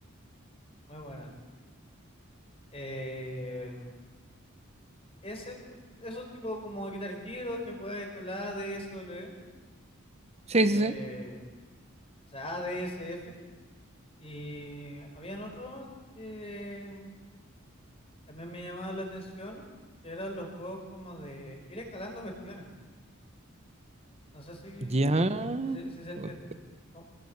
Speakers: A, on the left; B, on the right.
A: muy bueno ese. Eh, ese, eso tipo como Guitar Hero que juega con la ADSL,
B: Sí,
A: eh,
B: sí, sí.
A: o sea, a d s f Y habían otros que también me llamaban la atención, que eran los juegos como de ir escalando cuestiones. No sé si,
B: ya.
A: si, se si se
B: co-
A: entiende. Co-